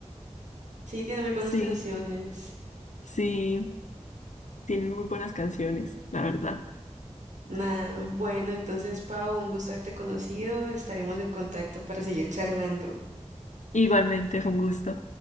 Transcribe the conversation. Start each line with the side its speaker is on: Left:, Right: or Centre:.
Right: Sí, tiene muy buenas
Left: Sí,
Right: canciones.
Left: sí, tienen muy buenas canciones, la verdad.
Right: Nah, bueno, entonces, Pau, un gusto haberte conocido. Estaremos en contacto para seguir charlando.
Left: Igualmente, fue un gusto.